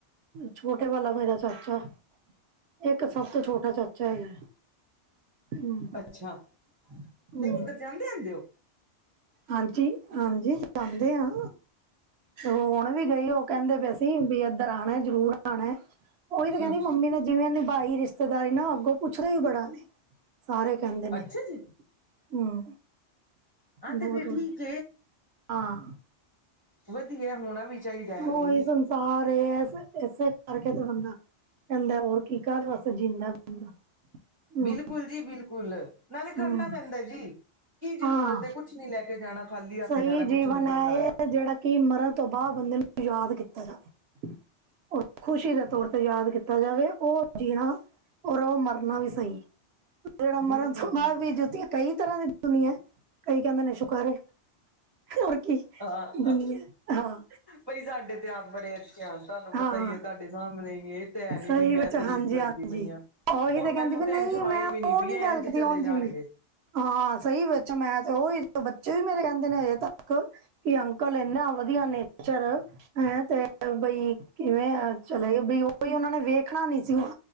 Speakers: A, on the right; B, on the right.
A: ਛੋਟੇ ਵਾਲਾ ਮੇਰਾ ਚਾਚਾ ਏਕ ਸਭ ਤੋਂ ਛੋਟਾ ਚਾਚਾ ਹੈਗਾ। ਹਮ
B: ਅੱਛਾ,
A: ਹਮ
B: ਤੇ ਓਧਰ ਜਾਂਦੇ ਆਂਦੇ ਓ?
A: ਹਾਂਜੀ- ਹਾਂਜੀ ਜਾਂਦੇ ਆ ਹੁਣ ਵੀ ਗਈ ਓਹ ਕੇਂਦੇ ਪਏ ਸੀ ਵੀ ਏਧਰ ਆਣਾ ਜਰੂਰ ਆਣਾ। ਓਹੀ ਤੇ ਕੇਂਦੀ
B: ਹਮ
A: ਮੰਮੀ ਨੂੰ ਜਿਵੇਂ ਨਿਭਾਈ ਰਿਸ਼ਤੇਦਾਰੀ ਨਾ ਅੱਗੋਂ ਪੁੱਛਦੇ ਈ ਬੜਾ ਨੇ ਸਾਰੇ ਕੇਂਦੇ ਨੇ,
B: ਅੱਛਾ ਜੀ
A: ਹੂੰ।
B: ਹਾਂ
A: ਬੋਤ
B: ਤੇ ਫੇਰ
A: ਵੱਧੀਆ,
B: ਠੀਕ
A: ਹਾਂ।
B: ਵੱਧੀਆ ਹੋਣਾ ਵੀ ਚਾਹੀਦਾ
A: ਹੋ
B: ਐਵੇਂ ਹੀ
A: ਏ ਸਮ ਸਾਰਰੇ ਏਸ -ਏਸੇ ਕਰਕੇ ਤੇ ਬੰਦਾ ਕੇਂਦਾ ਹੋਰ ਕੀ ਕਾਦੇ ਵਾਸਤੇ ਜੀਂਦਾ ਬੰਦਾ। ਹਮ
B: ਬਿਲਕੁਲ ਜੀ ਬਿਲਕੁਲ ਨਾਲੇ ਕਰਨਾ
A: ਹਮ
B: ਪੈਂਦਾ ਜੀ ਕੀ ਜਰੂਰਤ
A: ਹਾਂ
B: ਐ ਕੁਛ ਕੁਛ ਨੀ ਲੈ ਕੇ ਜਾਣਾ। ਖਾਲੀ ਹੱਥ
A: ਸਹੀ
B: ਜਾਣਾ
A: ਜੀਵਨ
B: ਕੁਛ ਨੀ ਲੱਭਣਾ
A: ਐ
B: ਹੈਗਾ
A: ਏ ਜੇੜਾ ਕਿ ਮਰਨ ਤੋਂ ਬਾਅਦ ਬੰਦੇ ਨੂੰ ਯਾਦ ਕੀਤਾ ਜਾਵੇ। ਓ ਖੁਸ਼ੀ ਦੇ ਤੌਰ ਤੇ ਯਾਦ ਕੀਤਾ ਜਾਵੇ, ਓ ਜੀਣਾ ਔਰ ਓ ਮਰਨਾ ਵੀ ਸਈ ਏ। ਜੇੜਾ ਮਰਨ
B: ਬਿਲਕੁਲ
A: ਤੋਂ
B: ਜੀ
A: ਬਾਅਦ ਵੀ ਜੁੱਤੀਆਂ ਕਈ ਤਰ੍ਹਾਂ ਦੀ ਦੁਨੀਆਂ ਆਂ ਕਈ ਕੇਂਦੇ ਨੇ ਸ਼ੁਕਰ ਏ। ਹੋਰ ਕੀ
B: ਹਾਂ
A: ਦੁਨੀਆਂ ਹਾਂ।
B: ਬਈ ਸਾਡੇ ਤੇ ਆਪ ਬੜੇ ਅੱਛੇ ਆ ਤੁਆਨੂੰ
A: ਹਾਂ
B: ਪਤਾ ਈ ਆ ਤੁਆਡੇ ਸਾਮਣੇ ਈ ਏ ਤੇ ਹੈ ਨੀ
A: ਸਹੀ
B: ਵੀ ਮੈਂ
A: ਵਿੱਚ
B: ਤਾਰੀਫ਼
A: ਹਾਂਜੀ
B: ਕਰਦੀ
A: ਹਾਂਜੀ
B: ਪਈ ਆ।
A: ਉਹੀ
B: ਔਰ
A: ਕਹਿੰਦੀ
B: ਮੈਨੂੰ
A: ਵੀ
B: ਤੇ
A: ਨਹੀਂ
B: ਏੰਝ
A: ਮੈਂ
B: ਹੈ ਨੀ
A: ਉਹ
B: ਬੀ
A: ਨਹੀਂ
B: ਏ
A: ਗੱਲ
B: ਏਂਝ
A: ਕੀਤੀ
B: ਚਲੇ
A: ਉਂਝ
B: ਜਾਣਗੇ।
A: ਵੀ ਹਾਂ ਸਈ ਵਿੱਚ ਮੈਂ ਤੇ ਉਹੀ ਬੱਚੇ ਵੀ ਮੇਰੇ ਕੇਂਦੇ ਨੇ ਹਜੇ ਤੱਕ ਕਿ ਅੰਕਲ ਏਂਨਾ ਵੱਧੀਆ ਨੇਚਰ ਹੈਂ ਤੇ ਬਈ ਕਿਵੇਂ ਚੱਲੇਗਾ ਬਈ ਓ ਕੋਈ ਓਨਾ ਨੇ ਵੇਖਣਾ ਨੀ ਸੀਗਾ,